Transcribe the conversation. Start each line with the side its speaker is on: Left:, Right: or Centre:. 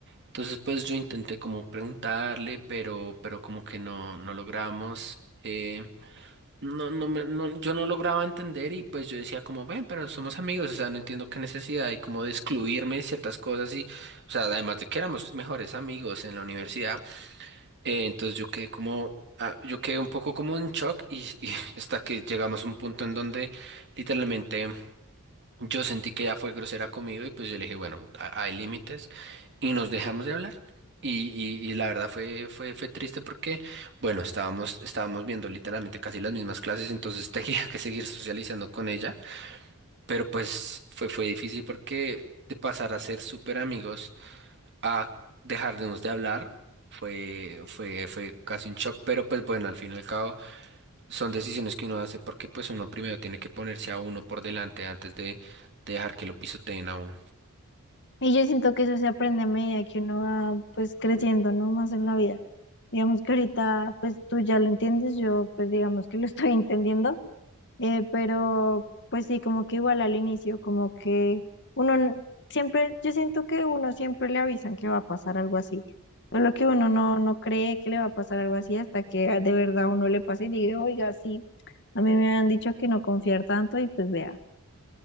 Right: Entonces, pues yo intenté como preguntarle, pero, pero como que no, no logramos. eh, no, no me- no- yo no lograba entender y pues yo decía como, ven, pero somos amigos, o sea, no entiendo qué necesidad hay como de excluirme de ciertas cosas y, o sea, además de que éramos mejores amigos en la universidad, eh, entonces yo quedé como, ah, yo quedé un poco como en shock y, y <laughs> hasta que llegamos a un punto en donde literalmente... Yo sentí que ella fue grosera conmigo y pues yo le dije, bueno, ha- hay límites y nos dejamos de hablar. Y, y, y la verdad fue, fue, fue triste porque, bueno, estábamos, estábamos viendo literalmente casi las mismas clases, entonces <laughs> tenía que seguir socializando con ella, pero pues fue, fue difícil porque de pasar a ser súper amigos a dejarnos de hablar fue, fue, fue casi un shock, pero pues bueno, al fin y al cabo son decisiones que uno hace porque pues uno primero tiene que ponerse a uno por delante antes de, de dejar que lo pisoteen a uno.
Left: Y yo siento que eso se aprende a medida que uno va pues creciendo, ¿no? Más en la vida. Digamos que ahorita pues tú ya lo entiendes, yo pues digamos que lo <laughs> estoy entendiendo Eh, pero pues sí, como que igual al inicio, como que uno n- siempre, yo siento que uno siempre le avisan que va a pasar algo así, solo que uno no, no cree que le va a pasar algo así hasta que ah, de verdad uno le pasa y diga, oiga, sí, a mí me han dicho que no confiar tanto y pues vea,